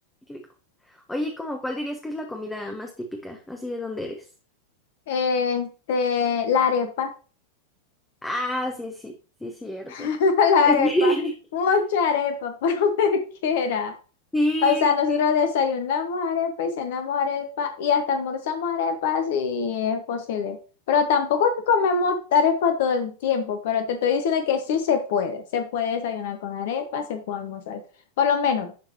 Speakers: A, in the centre; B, on the left.
A: qué rico. Oye, ¿cómo cuál dirías que es la comida más típica, así de dónde eres?
B: Este, la arepa.
A: Ah, sí, sí, sí, cierto.
B: <laughs> La
A: <laughs>
B: arepa. Mucha arepa, <laughs> por donde quiera.
A: Sí.
B: O sea, nosotros
A: Sí.
B: desayunamos arepa y cenamos arepa y hasta almorzamos arepa si es posible. Pero tampoco es que comemos arepa todo el tiempo, pero te estoy diciendo que sí se puede. Se puede desayunar con arepa, se puede almorzar. Por lo menos,